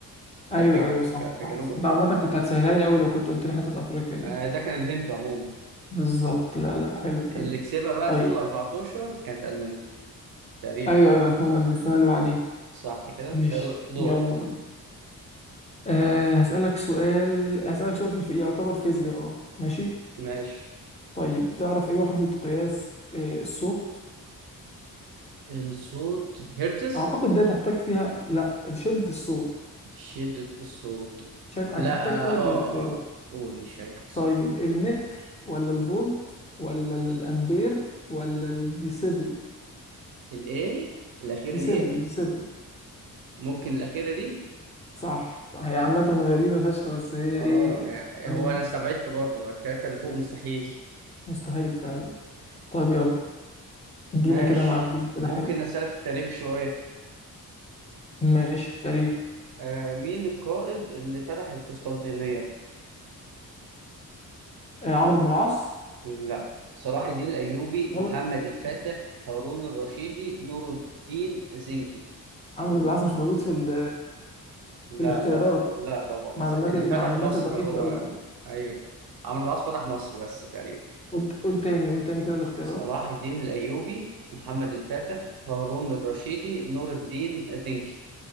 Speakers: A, on the left (about 20°); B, on the right (about 70°).
A: ايوه
B: كان في
A: ايوه صح
B: كان في
A: صح
B: جنوب
A: صح.
B: أفريقيا
A: انت عامه كنت هتسهلها لي قوي لو كنت قلت لي حته افريقيا دي
B: آه، ده كان الهند عموما
A: بالظبط لا لا حلو حلو
B: اللي كسبها بقى 2014
A: طيب
B: كانت ألمانيا تقريبا
A: ايوه
B: اه
A: ايوه الفاينل دي السنه اللي بعديها
B: صح كده
A: ماشي
B: يلا دورك
A: يلا بينا أه هسألك سؤال هسألك سؤال في الف... يعتبر فيزياء اه ماشي
B: ماشي
A: طيب بتعرف ايه وحدة قياس أه الصوت
B: الصوت هرتز
A: اعتقد ده تحتاج فيها لا شدة الصوت
B: شدة الصوت
A: شك... هتحتاج
B: لا اه
A: فيها
B: اه
A: الاختيار
B: آه. قول مش فاكر الصراحة
A: طيب المتر ولا الفولت ولا الامبير ولا الديسيبل
B: الايه الأخيرة
A: ديسيبل
B: دي
A: ديسيبل
B: ممكن الأخيرة دي
A: صح صح هي عامة غريبة فشخ بس هي
B: اه
A: ايه
B: يعني
A: معلومة
B: هو أنا استبعدت برضه التلاتة اللي فوق مستحيل
A: مستحيل فعلا طيب يلا ادينا
B: ماشي
A: كده معلومة كده
B: ممكن
A: حلو
B: أسألك في التاريخ شوية
A: ماشي في التاريخ
B: آه مين القائد اللي فتح القسطنطينية؟
A: آه عمرو بن العاص
B: لا صلاح الدين الأيوبي
A: غلط
B: محمد الفاتح هارون الرشيدي نور الدين زنكي
A: عمرو بن العاص مش موجود في ال
B: لا
A: في الاختيارات
B: لا لا طبعا مس-
A: معلوماتي
B: اللي فتح
A: معلوماتي
B: مصر
A: ضعيفة
B: هو
A: أوي كده
B: أيوه عمرو العاص فتح مصر بس تقريبا
A: قلت قول تاني قول تاني كده الاختيارات
B: صلاح الدين الأيوبي محمد الفاتح هارون الرشيدي نور الدين زنكي